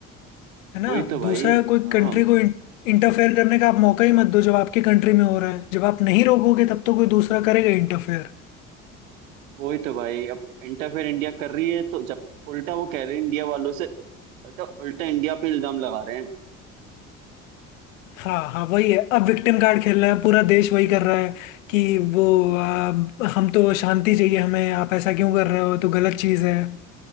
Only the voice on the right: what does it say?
वही तो भाई
हाँ
वही तो भाई अब इंटरफेयर इंडिया कर रही है तो जब उल्टा वो कह रहे हैं इंडिया वालों से मतलब उल्टा इंडिया पे इल्जाम लगा रहे हैं